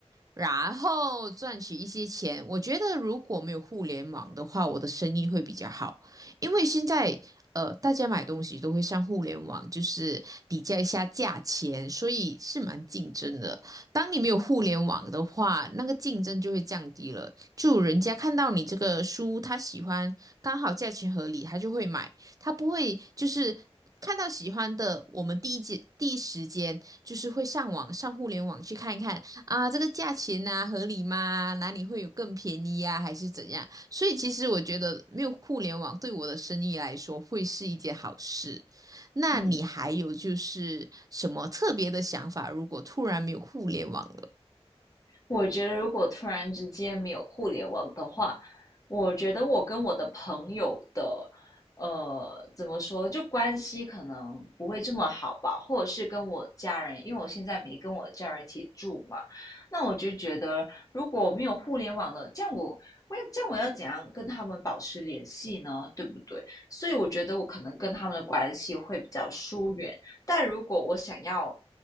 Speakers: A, on the right; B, on the left.
A: 然后赚取一些钱。我觉得如果没有互联网的话，我的生意会比较好，因为现在。呃，大家买东西都会上互联网，就是比较一下价钱，所以是蛮竞争的。当你没有互联网的话，那个竞争就会降低了。就人家看到你这个书，他喜欢，刚好价钱合理，他就会买。他不会就是看到喜欢的，我们第一节第一时间就是会上网上互联网去看一看啊，这个价钱啊合理吗？哪里会有更便宜啊，还是怎样？所以其实我觉得没有互联网对我的生意来说会是一件好事。那你还有就是什么特别的想法？
B: 嗯。
A: 如果突然没有互联网
B: 我觉得如果突然之间没有互联网的话，我觉得我跟我的朋友的，呃，怎么说，就关系可能不会这么好吧，或者是跟我家人，因为我现在没跟我家人一起住嘛，那我就觉得如果没有互联网了，这样我我要这样我要怎样跟他们保持联系呢？对不对？所以我觉得我可能跟他们的关系会比较疏远，但如果我想要